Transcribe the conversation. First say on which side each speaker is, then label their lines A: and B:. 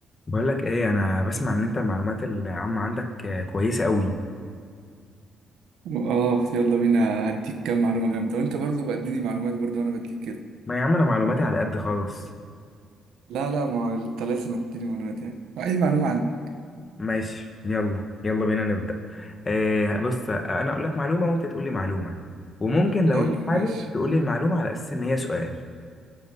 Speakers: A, on the left; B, on the right.
A: بقول لك ايه انا بسمع ان انت المعلومات العامة عندك آه، كويسة قوي
B: اه يلا بينا هديك كام معلومة جامدة وانت برضو بديني معلومات برضو وانا بديك كده
A: ما يا عم انا معلوماتي على قد خالص
B: لا لا ما انت لازم تديني معلومات يعني اي معلومة عندك
A: ماشي يلا يلا بينا نبدأ إيه بص انا اقول لك معلومة وانت تقول لي معلومة وممكن لو
B: حلو
A: انت حابب
B: ماشي
A: تقول لي المعلومة على اساس ان هي سؤال